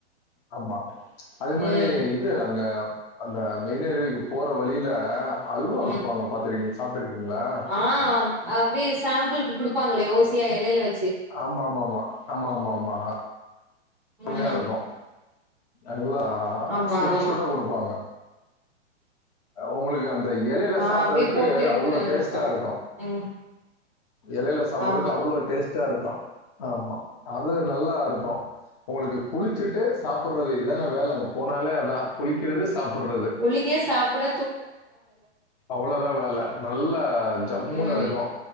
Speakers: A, on the left; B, in the centre.
A: ஆமா அதே மாரி
B: ம்
A: இது அங்க அந்த மெயின்னருவிக்கு போற வழில அல்வா
B: ம்
A: விப்பாங்க பாத்துக்கீங் சாப்டிருக்கீங்களா
B: ஆ அப்டியே சாம்பிளுக்கு குடுப்பாங்களே ஓசியா எலையில வெச்சு
A: ஆமா ஆமா ஆமா ஆமா ஆமா ஆமா செமையா
B: ம்
A: இருக்கு நல்லா
B: ஆமா
A: சுட
B: ஆமா
A: சுட குடுப்பாங்க உங்களுக்கு அந்த எலையில
B: ஆ
A: சாப்பட்றதுக்கு
B: அப்டியே போட்டு எடுத்துட்டு
A: அவ்ளோ
B: வந்து
A: டேஸ்டா
B: குடுப்பா
A: இருக்கு
B: ம்
A: எலையில சாப்பட்றக்கு
B: ஆமா
A: அவ்ளோ டேஸ்டா இருக்கு ஆமா அது நல்லா இருக்கு உங்களுக்கு குளிச்சிட்டு சாப்புட்றது இத்தானே வேல அங்க போனாலே அதா குளிக்கிறது சாப்புட்றது
B: குளிக்க சாப்புட
A: அவ்ளோதா வேல நல்லா ஜம்முனு
B: ம்
A: இருக்கு